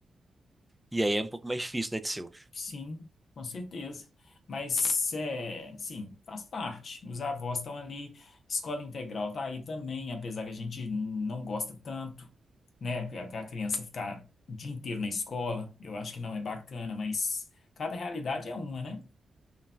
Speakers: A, in the centre; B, on the left (about 65°).
A: e aí é um pouco mais difícil, né, Tseu?
B: Sim, com certeza. Mas, é, sim, faz parte. Os avós estão ali, escola integral tá aí também, apesar que a gente não gosta tanto, né? Que a que a criança ficar o dia inteiro na escola, eu acho que não é bacana, mas cada realidade é uma, né?